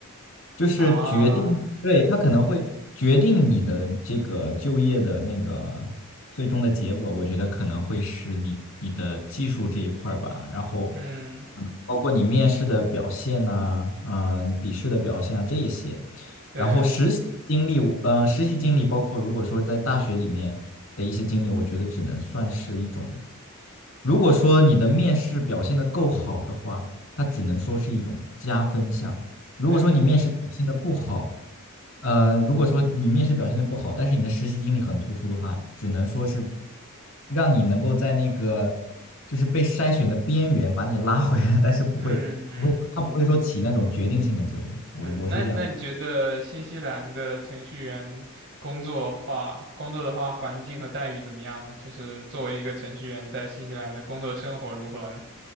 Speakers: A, on the left; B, on the right.
A: 就是决定，
B: <laughs> 啊
A: 对，他可能会决定你的这个就业的那个最终的结果，我觉得可能会是你你的技术这一块儿吧，然后，
B: 嗯
A: 嗯，包括你面试的表现呐、嗯、笔试的表现啊这一些，
B: 对
A: 然后实习经历，呃，实习经历包括如果说在大学里面的一些经历，我觉得只能算是一种。如果说你的面试表现的够好的话，它只能说是一种加分项。如果说你面试表现的不好，
B: 对
A: 呃，如果说你面试表现的不好，但是你的实习经历很突出的话，只能说是让你能够在那个就是被筛选的边缘把你拉回来，但是不会不会，
B: 嗯嗯。
A: 它不会说起那种决定性的作用。我我是这样。
B: 嗯，那那你觉得新西兰的程序员工作话，工作的话，环境和待遇怎么样呢？就是作为一个程序员在新西兰的工作生活如何呢？